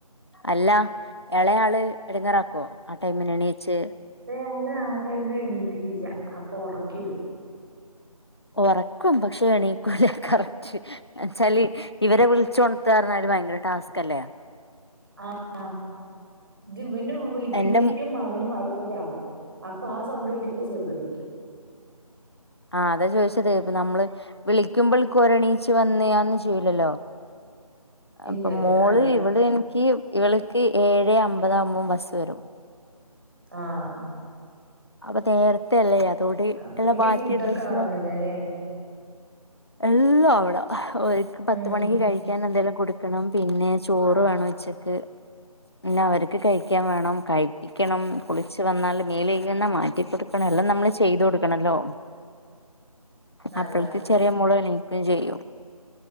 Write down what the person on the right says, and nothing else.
അലയ ആ ടൈമില് എണീപ്പിക്കില്ല അപ്പൊ ഒറക്കിടും.
ആഹ് ഇതിവന് വിളിക്കുമ്പോഴേക്കും
അവന് വൈലന്റ് ആവും. അപ്പ ആ സൗണ്ട് കേട്ടിട്ട് ചെറുതെണീക്കും.
ഇല്ല
ഇല്ല.
അതെ.
ആഹ്.
അപ്പളേക്ക്
ഫുഡൊക്കെ
ആവണല്ലോ ല്ലേ?
ഉം.
ആഹ്.
അതെ
അതെ.